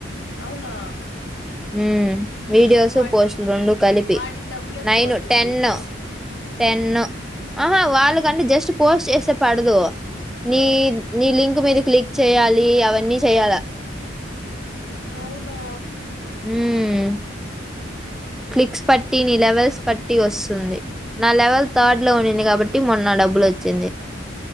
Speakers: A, on the left; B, in the centre.
A: అవునా
B: మ్మ్ వీడియోస్
A: ఇప్పుడు వాటి
B: పోస్ట్లు రెండు కలిపి
A: వాటికి డబ్బులు ఎప్పుడు
B: నైను
A: పడుతుంది
B: టెన్
A: నీకు
B: ఆహా వాళ్ళకంటే జస్ట్ పోస్ట్ చేస్తే పడదు నీ
A: ఆ
B: నీ లింక్ మీద క్లిక్ చేయాలి అవన్నీ చేయాలా
A: అవునా
B: మ్మ్ క్లిక్స్ పట్టి నీ లెవెల్స్ పట్టి వస్తుంది నా లెవెల్ థర్డ్ లో ఉన్నింది కాబట్టి మొన్న డబ్బులు వచ్చింది